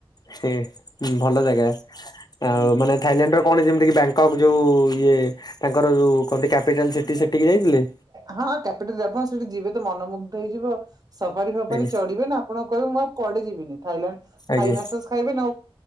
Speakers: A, on the left; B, on the right.
A: ସେ ଭଲ ଜାଗା
B: ହୁଁ।
A: ଆଉ ମାନେ ଥାଇଲାଣ୍ଡର କଣ ଯେମିତିକି ବ୍ୟାଙ୍କକ୍ ଯୋଉ ଇଏ ତାଙ୍କର ଯୋଉ କହନ୍ତି କ୍ୟାପିଟାଲ ସିଟି ସେଠିକି ଯାଇଥିଲେ?
B: ହଁ କ କ୍ୟାପିଟାଲ ଦେ ଆପଣ ସେଠି ଯିବେ ତ ମନମୁଗ୍ଧ ହେଇଯିବ। ସଫାରି ଫଫାରି
A: ଆଜ୍ଞା
B: ଚଢିବେ ନା ଆପଣ କହିବେ ମୁଁ ଆଉ କୁଆଡେ ଯିବିନି ଥାଇଲାଣ୍ଡ ଥାଇ
A: ଆଜ୍ଞା
B: ମାସେସ ଖାଇବେ ନା ଆଉ।